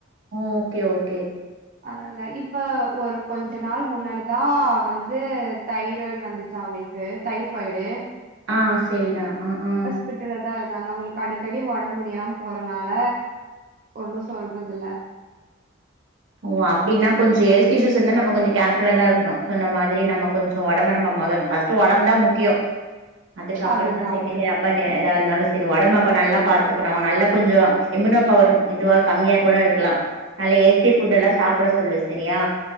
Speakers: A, on the right; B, on the right.
A: ஓகே ஓகே
B: அதனால இப்ப ஒரு கொஞ்ச நாள் முன்னாடி வந்து தைராய்டு வந்துச்சு அவங்களுக்கு டைபாய்டு
A: ஆ சரிடா ஆ அ
B: ஹாஸ்பிடல் தா இருந்தாங்க அவங்களுக்கு அடிக்கடி உடம்பு முடியாம போறனால ஒன்னும் சொல்றது இல்ல
A: ஓ அப்படனா கொஞ்ச ஹெல்த் இயூஸ் இருந்த நம கொஞ்சம் கர்ஃபுல்ல இருக்கணும் சொன்ன மாதிரி நம்ம கொஞ்ச உடம்பு நம்ம ஃபர்ஸ்ட் உடம்பு தா அதுக்கப்புற
B: அதுதா
A: தா செகண்டே பட் எதா இருந்தாலும் சரி உடம்புப்ப நல்லா பாத்துக்கணும் நல்லா கொஞ்சம் இம்யூனா பவர் இதுவா கம்மியா கூட இருக்கலா நல்ல ஹெல்த்தி ஃபுட் எல்லாம் சாப்பிட சொல்லு சரியா